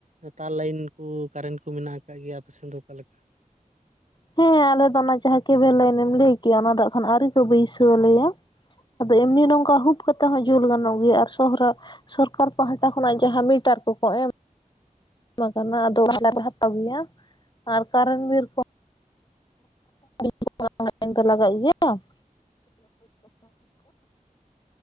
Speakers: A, on the right; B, on the left.
A: ᱛᱟᱨ ᱞᱟᱹᱭᱤᱱ ᱠᱩ ᱠᱟᱨᱮᱱᱴ ᱠᱚ ᱢᱮᱱᱟᱜ ᱟᱠᱟᱜ ᱜᱮᱭᱟ ᱟᱯᱮᱥᱮᱱ ᱫᱚ ᱚᱠᱟ ᱞᱮᱠᱟ? <inaudible>
B: ᱦᱮᱸ ᱟᱞᱮ ᱫᱚ ᱚᱱᱟ ᱡᱟᱦᱟᱸ ᱠᱮᱵᱤᱞ ᱞᱟᱹᱭᱤᱱ ᱮᱢ ᱞᱟᱹᱭ ᱠᱮᱜ-ᱟ ᱚᱱᱟ ᱫᱚ ᱚᱠᱷᱚᱱ ᱟᱹᱣᱨᱤ ᱠᱚ ᱵᱟᱹᱭᱥᱟᱹᱣ ᱟᱞᱮᱭᱟ᱾ ᱟᱫᱚ ᱮᱢᱱᱤ ᱱᱚᱝᱠᱟ ᱦᱩᱯᱷ ᱠᱟᱛᱮ ᱦᱚᱸ ᱡᱩᱞ ᱜᱟᱱᱚᱜ ᱜᱮᱭᱟ ᱟᱨ ᱥᱚᱦᱨᱟ ᱥᱚᱨᱠᱟᱨ ᱯᱟᱦᱴᱟ ᱠᱷᱚᱱᱟᱜ ᱡᱟᱦᱟᱸ ᱢᱤᱴᱟᱨ ᱠᱚᱠᱚ ᱮᱢ ᱮᱢ ᱠᱟᱱᱟ ᱟᱫᱚ <inaudible> ᱟᱜᱩᱭᱟ ᱟᱨ ᱠᱟᱨᱮᱱ ᱵᱤᱨ ᱠᱚ <inaudible> ᱫᱚ ᱞᱟᱜᱟᱜ ᱜᱮᱭᱟ <inaudible>